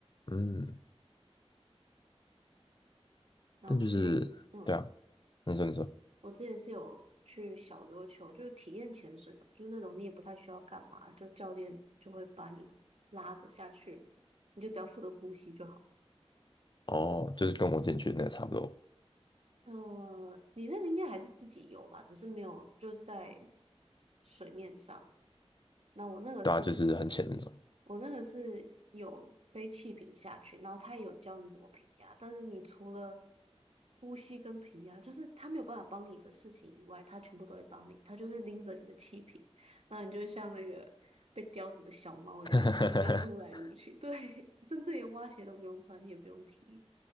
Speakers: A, on the left; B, on the right.
A: 嗯，
B: 然后之前，
A: 但就是对啊，
B: 嗯，
A: 你说你说，
B: 我之前是有去小琉球，就是体验潜水嘛，就是那种你也不太需要干嘛，就教练就会把你拉着下去，你就只要负责呼吸就好。
A: 哦，就是跟我之前去的那个差不多，
B: 呃，你那个应该还是自己游吧，只是没有就在水面上。那我那个是，
A: 对啊，就是很浅那种，
B: 我那个是有背气瓶下去，然后他也有教你怎么平压，但是你除了呼吸跟平压，就是他没有办法帮你的事情以外，他全部都会帮你，他就会拎着你的气瓶，那你就会像那个被叼着的小猫一样，
A: <laughs>
B: 然后就这样撸来撸去，对，<laughs> 甚至连蛙鞋都不用穿，你也不用踢。